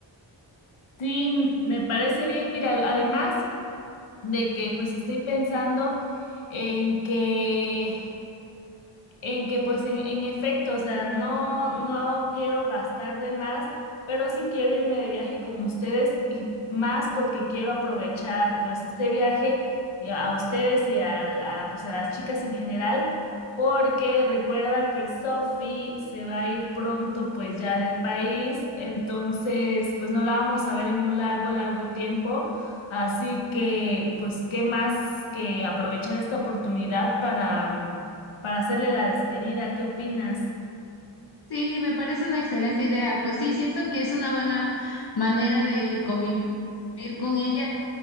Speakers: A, on the left (about 90°); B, on the left (about 55°).
A: Sí, me parece bien. Mira, además de que pues estoy pensando en que en que pues en, en efecto, o sea, no, no quiero gastar de más, pero sí quiero irme de viaje con ustedes y más porque quiero aprovechar pues este viaje y a, a ustedes y a, a, pues a las chicas en general, porque recuerda que Sophie se va a ir pronto pues ya del país, entonces pues no la vamos a ver en un largo, largo tiempo. Así que, pues, ¿qué más que aprovechar esta oportunidad para, para hacerle la despedida. ¿Qué opinas?
B: Sí, me parece una excelente idea. Pues sí, siento que es una buena manera de convivir con ella.